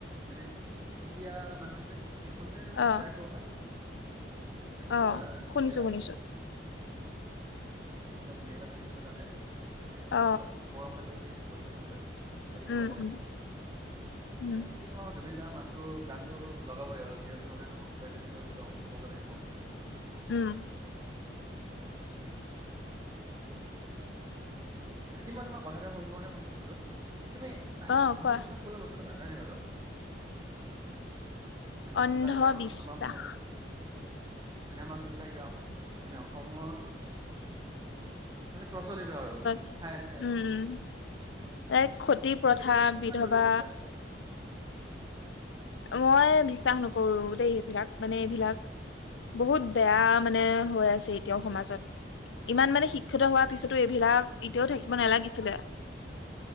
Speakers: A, on the right; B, on the left.
A: মানে চুতীয়া মানে শুনিছে তুমি
B: অ
A: এইটো ৰাইটোৰ কথা? নাযানো
B: অ
A: কিবা চুতিয়া
B: শুনিছো শুনিছো
A: মেল হেহতৰ তাতে
B: অ
A: কিবা পোৱম পাৰিব চাগ কৈল ফোনলে <unintelligible> তাৰকে
B: উম
A: বজাই
B: উম
A: আছে।
B: উম
A: মানে কি ধৰণৰ নজ <unintelligible> জুবিন দাৰ মাতো গানতটো লগাবই আৰু যিহৰ যতে নহওক বা যেনেকুৱা কিবা প্ৰগেমেগ নহওক।
B: উম
A: বাকী মই তোমাৰ কথা এটা সুধিবৰ কাৰণে ফোন কৰিছিলো, এই তুমি
B: অ
A: অন্ধবিশ্বাস
B: কোৱা
A: বোলা বস্তুটো বাৰু? মানে
B: অন্ধবিশ্বাস
A: যোনবিলাক এতিয়া আমা- আমাৰ সমাজত মানে আমাৰ যোনবিলাক এতিয়া অসম মানে অসমৰ মানে প্ৰচলিত আৰু।
B: উম-উম
A: ঠায়ে ঠায়ে
B: এক ক্ষতি, প্ৰথা,
A: সেইটো তুমি কিমান
B: বিধৱা
A: দূৰলৈ বিশ্বাস কৰা?
B: মই বিশ্বাস নকৰো দেই এইবিলাক, মানে এইবিলাক বহুত বেয়া মানে হৈ আছে এতিয়াও সমাজত। ইমান মানে শিক্ষিত হোৱাৰ পিছতো এইবিলাক এতিয়াও থাকিব নালাগিছিলে।